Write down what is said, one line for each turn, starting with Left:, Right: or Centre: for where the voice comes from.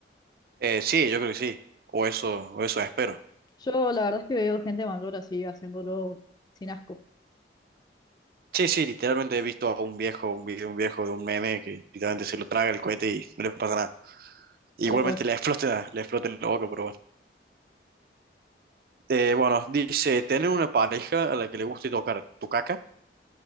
Right: Eh, sí, yo creo que sí. O eso, o eso espero.
Left: Yo la verdad es que veo gente mayor así haciéndolo sin asco,
Right: Sí, sí, literalmente he visto a un viejo, un video, un viejo de un meme que literalmente se lo traga el cohete y no le pasa nada. Igualmente
Left: tal cual.
Right: le <laughs> explota, le explota en la boca, pero bueno. Eh, bueno, dice, tener una pareja a la que le guste tocar tu caca